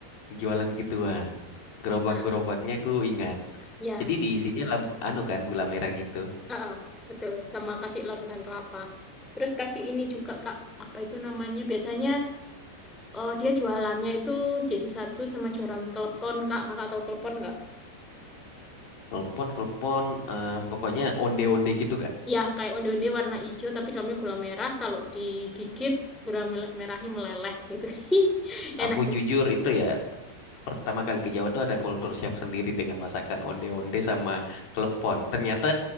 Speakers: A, on the left; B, in the centre.
A: jualan gituan. Gerobak-gerobaknya
B: nah
A: aku ingat.
B: iya
A: Jadi diisinya lam, anu kan gula merah gitu.
B: Heeh, betul sama kasih lor ketan kelapa terus kasih ini juga Kak apa itu namanya biasanya eh, dia jualannya itu jadi satu sama jualan klepon Kak Kakak tahu klepon nggak
A: Kelpon, kelpon, eh, pokoknya onde-onde gitu gak?
B: ya kayak onde-onde warna hijau tapi dalamnya gula merah kalau digigit gula mele- merahnya meleleh gitu <laughs> enak
A: Aku
B: juga.
A: jujur itu ya pertama kali ke Jawa tuh ada culture shock sendiri dengan masakan onde-onde sama klepon. Ternyata